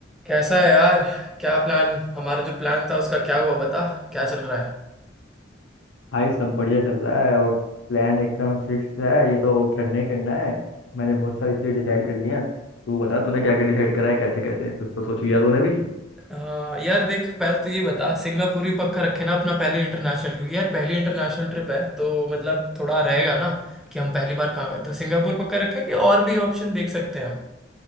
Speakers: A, in the centre; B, on the left (about 75°).
A: कैसा है यार क्या प्लान हमारा जो प्लान था उसका क्या हुआ बता क्या चल रहा है
B: भाई सब बढ़िया चल रहा है और प्लान एकदम फिक्स है ये तो करना ही करना है मैंने बहुत सारी चीज़ें डिसाइड कर ली हैं तू बता तूने क्या क्या डिसाइड करा है कैसे कैसे कुछ तो सोच लिया तूने भी
A: हाँ यार देख पहले तो ये बता सिंगापुर ही पक्का रखे ना अपना पहले इंटरनेशनल क्योंकि यार पहली इंटरनेशनल ट्रिप है तो मतलब थोड़ा रहेगा ना कि हम पहली बार कहाँ गए तो सिंगापुर पक्का रखें कि और भी ऑप्शन देख सकते हैं हम